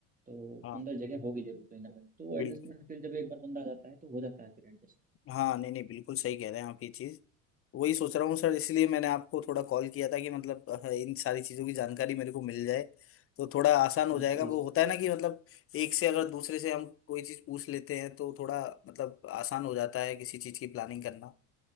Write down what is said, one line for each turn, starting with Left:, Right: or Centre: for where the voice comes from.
Right: तो
Left: हाँ
Right: अंदर जगह होगी जरूर कहीं ना कहीं तो वो
Left: बिल्कुल
Right: एडजस्टमेंट फिर जब एक बार बंदा आ जाता है तो हो जाता है फिर एडजस्ट
Left: हाँ नहीं नहीं बिल्कुल सही कह रहे हैं आप ये चीज वही सोच रहा हूँ सर इसलिए मैंने आपको थोड़ा कॉल किया था कि मतलब अ, इन सारी चीज़ों की जानकारी मेरे को मिल जाए तो थोड़ा आसान हो
Right: जी
Left: जाएगा वो
Right: जी
Left: होता है ना कि मतलब एक से अगर दूसरे से हम कोई चीज़ पूछ लेते हैं तो थोड़ा मतलब आसान हो जाता है किसी चीज़ की प्लानिंग करना